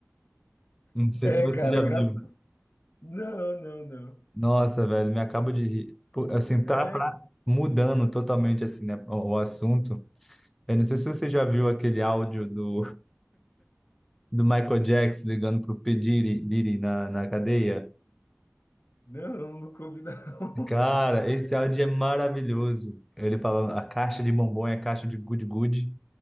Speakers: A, in the centre; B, on the left.
A: Não sei
B: É,
A: se você
B: cara,
A: já
B: engraçado.
A: viu.
B: Não, não, não.
A: Nossa, velho, me acabo de rir. Pô, Assim, tá,
B: É,
A: tá mudando totalmente, assim, né, o o assunto. Eu não sei se você já viu aquele áudio do do Michael Jackson ligando pro P. Diddy, Diddy na, na cadeia.
B: Não, não comi não.
A: Cara, esse áudio é maravilhoso. Ele falando, a caixa de bombom é a caixa de good good.